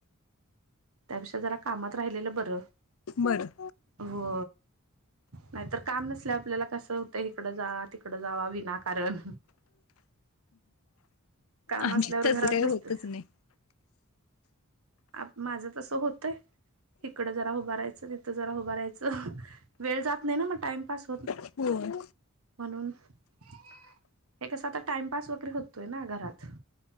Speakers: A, on the right; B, on the left.
A: त्यापेक्षा जरा कामात राहिलेलं बरं.
B: बरं.
A: हो, नाहीतर काम नसल्या आपल्याला कसं होतं इकडं जा- थोडं जावा विनाकारण. काम
B: आमच्यात
A: असल्यावर
B: तसं
A: घरात
B: काही
A: बसते.
B: होतच नाही
A: आप माझं तसं होतंय इकडं जरा उभं राहायचं त तिथे जरा उभारायचं वेळ जात नाही ना टाईमपास.
B: होय.
A: म्हणून हे कसता टाइमपास वगैरे होतोय ना घरात.